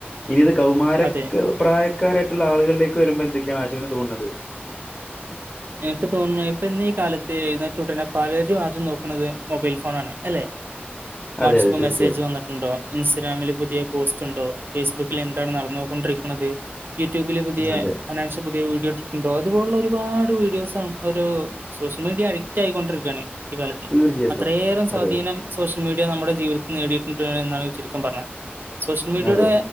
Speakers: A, on the left; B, on the right.
A: ഇനി ഇത് കൗമാര
B: അതെ
A: ക്ക് പ്രായക്കാരായട്ട്ള്ള ആളുകളിലേക്ക് വരുമ്പോ എന്തൊക്കെയാണ് ആശിമിന് തോന്ന്ണത്
B: എനിക്ക് തോന്നുന്നത് ഇപ്പൊ ഇന്ന് ഈ കാലത്ത് എഴുന്നേറ്റുടനെ പലരും ആദ്യം നോക്ക്ണത് മൊബൈൽ ഫോ ണാണ് അല്ലെ വാട്സപ്പ്
A: അതെ അതെ തീർച്ചയായിട്ടും
B: മെസ്സേജ് വന്നിട്ടുണ്ടോ ഇൻസ്റ്റഗ്രാമില് പുതിയ പോസ്റ്റ്ണ്ടോ ഫേസ്ബുക്കിൽ എന്താണ് നടന്നുകൊണ്ടിരിക്ക്ണത് യൂട്യൂബില് പുതിയ
A: അതെ
B: ഹനാൻഷ വീഡിയോ ഇിട്ടുണ്ടോ അതുപോലുള്ള ഒരുപാട് വീഡിയോസും ഒരു സോഷ്യൽ മീഡിയ അഡിക്ട് ആയി കൊണ്ടിരിക്കാണ്. ഈ കാലത്ത്
A: തീർച്ചയായിട്ടും
B: അത്രയേറം സ്വാധീനം
A: അതെ
B: സോഷ്യ ൽ മീഡിയ നമ്മുടെ ജീവിതത്തിൽ നേടിയിട്ടുണ്ട് എന്നാണ് ചുരുക്കം പറഞ്ഞ സോഷ്യൽ മീഡിയയുടെ
A: അതെ